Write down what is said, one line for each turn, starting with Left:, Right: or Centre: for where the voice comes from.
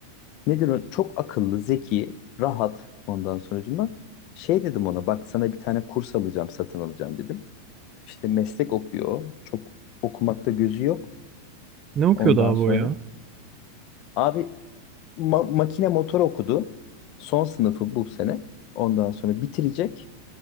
Left: nedir o? Çok akıllı, zeki, rahat ondan sonucuma. Şey dedim ona bak sana bir tane kurs alacağım, satın alacağım dedim. İşte meslek okuyor. Çok okumakta gözü yok
Right: Ne okuyordu
Left: ondan
Right: abi
Left: sonra.
Right: o ya?
Left: Abi ma- makine motor okudu. Son sınıfı bu sene. Ondan sonra bitirecek.